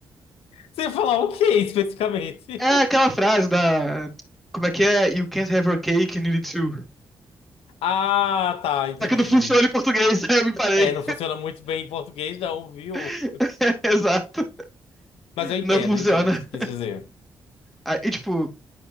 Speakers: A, on the left; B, in the centre.
A: Você ia falar o que especificamente? <laughs>
B: É aquela frase da. Como é que é? You can't have your cake and eat it too.
A: Ah, tá, entendi.
B: Só que não funciona em português, <laughs> aí eu me parei.
A: É, não funciona muito bem em português, não, viu?
B: <laughs> Exato.
A: Mas eu entendo,
B: Não funciona.
A: eu entendo o que você quis dizer.
B: Ah, E, tipo,